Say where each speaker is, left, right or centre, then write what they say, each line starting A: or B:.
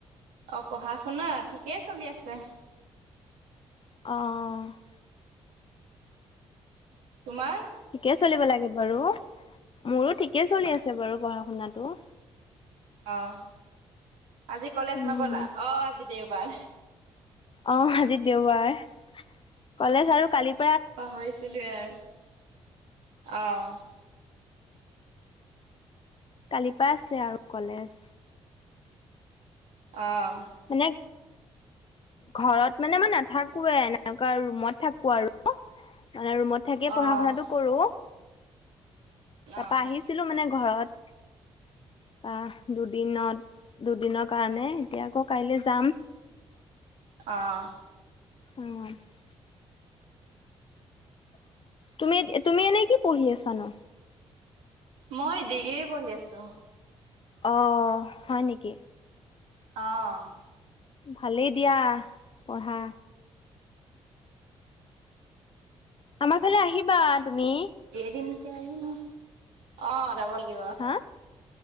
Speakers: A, on the right (about 75°); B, on the left (about 40°).
A: অ', পঢ়া-শুনা? ঠিকেই চলি আছে।
B: অ', অ', অ'।
A: তোমাৰ?
B: ঠিকে চলিব লাগে বাৰু! মোৰো ঠিকে চলি আছে বাৰু পঢ়া শুনাটো।
A: অ', আজি কলেজ
B: উম
A: নগ'লা? অ', আজি দেওবাৰ।
B: অ', আজি দেওবাৰ। কলেজ আৰু কালি।
A: পাহৰিছিলোৱে আৰু! অ',।
B: কালিৰ পৰা আছে আৰু কলেজ।
A: অ',।
B: মানে, ঘৰত মানে মই নাথাকোৱে। এনেকুৱা ৰুমত থাকোঁ আৰু মানে ৰুমত থাকিয়ে পঢ়া-
A: অ',
B: শুনাটো কৰোঁ। তাৰপা
A: অ',
B: আহিছিলো মানে ঘৰত। আহ দুদিনত, দুদিনৰ কাৰণে। এতিয়া আকৌ, কাইলৈ যাম।
A: অ',।
B: <inaudible> তুমি, তুমি এনেই কি পঢ়ি আছানো?
A: মই ডিগ্ৰী পঢ়ি আছোঁ।
B: অ', হয় নেকি?
A: অ',।
B: ভালেই দিয়া, পঢ়া। আমাৰফালে আহিবা তুমি!
A: <unintelligible> অ', যাব লাগিব।
B: হা